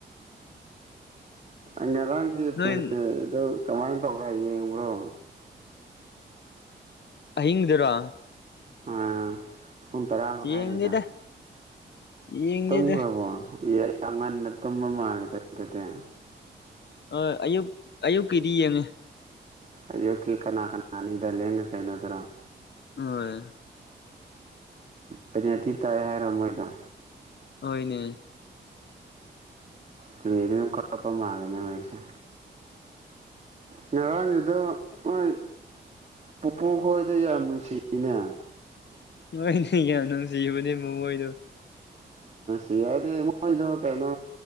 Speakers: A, on the right; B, on the left.
A: ꯉꯔꯥꯡꯒꯤꯩꯗꯣ
B: ꯅꯣꯏ
A: ꯀꯃꯥꯏꯅ ꯇꯧꯕ꯭ꯔꯣ ꯌꯦꯡꯕ꯭ꯔꯣ
B: ꯑꯍꯤꯡꯗꯨꯔꯥ
A: ꯑ ꯎꯟ ꯇꯔꯥ ꯃꯈꯈꯥꯏꯒꯗꯣ
B: ꯌꯦꯡꯗꯦꯗ ꯌꯦꯡꯗꯦꯗ
A: ꯇꯨꯝꯈ꯭ꯔꯕꯣ ꯌꯥꯝ ꯉꯟꯅ ꯇꯨꯝꯕ ꯃꯥꯜꯂꯦꯗ ꯑꯗꯨꯗꯤ
B: ꯑ ꯑꯌꯨꯛ ꯑꯌꯨꯛꯀꯤꯗꯤ ꯌꯦꯡꯉꯦ
A: ꯑꯌꯨꯀꯤꯜ ꯀꯅꯥ ꯀꯅꯥꯅꯤꯗ ꯂꯦꯡꯉ ꯀꯩꯅꯣꯗꯔꯣ
B: ꯍꯣꯏ
A: ꯄꯩꯅꯊꯤ ꯇꯥꯏ ꯍꯥꯏꯔꯣ ꯃꯣꯏꯗ
B: ꯍꯅꯦ
A: ꯄ꯭ꯂꯦꯗꯤꯅ ꯀꯄꯥ ꯃꯥꯔꯤꯅ ꯃꯩꯁꯦ ꯉꯔꯥꯡꯁꯤꯗ ꯍꯣꯏ ꯄꯨꯄꯨ ꯈꯣꯏꯗ ꯌꯥꯝ ꯅꯨꯡꯁꯤꯅꯦ
B: ꯃꯣꯏꯅꯦ ꯌꯥ ꯅꯨꯡꯁꯤꯕꯅꯦ ꯃꯕꯣꯏꯗꯣ
A: ꯁꯤ ꯍꯥꯏꯗꯤ ꯃꯣꯏꯗꯣ ꯀꯩꯅꯣ